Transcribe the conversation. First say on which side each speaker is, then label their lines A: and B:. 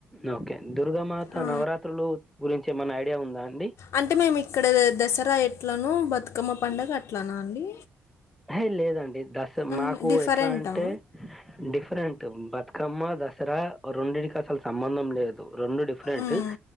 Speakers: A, in the centre; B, on the left (about 70°).
A: నోకే దుర్గామాత
B: ఆ,
A: నవరాత్రులు గురించి ఏమైనా ఐడియా ఉందా అండి
B: అంటే మేము ఇక్కడ దసరా ఎట్లనో బతుకమ్మ పండుగ అట్లన అండి
A: అహే లేదండి దస
B: మ్మ్,
A: మాకు
B: డిఫరెంటా
A: ఎట్లా అంటే డిఫరెంట్ బ తుకమ్మ దసరా ఒ రొండింటికి అసలు సంబంధం లేదు రొండు డిఫరెంటు
B: మ్మ్,